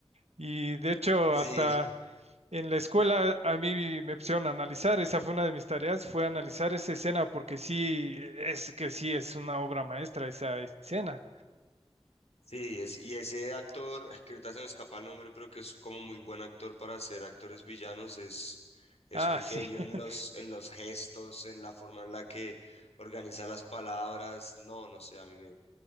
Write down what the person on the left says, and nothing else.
Sí,
Sí, es, y ese actor, es que ahorita se me escapa el nombre, pero que es como muy buen actor para ser actores villanos, es, es
un genio
en los, en los gestos, en la forma en la que organiza las palabras. No, no sé, a mí me,